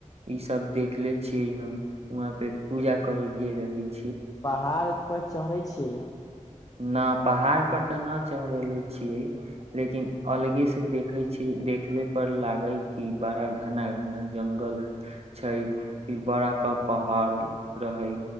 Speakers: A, on the right (about 50°); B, on the left (about 30°).
A: इ सब देखले छियै हम वहाँ पे पूजा करे गेल रही त
B: पहाड़ प चढ़ै छियै आब
A: न पहाड़ पर ते न चढ़ेले छीिये लेकिन अलगे से देखे छी देखले पर लागे कि बड़ा घना घना जंगल छै बड़ क पहाड़ रहे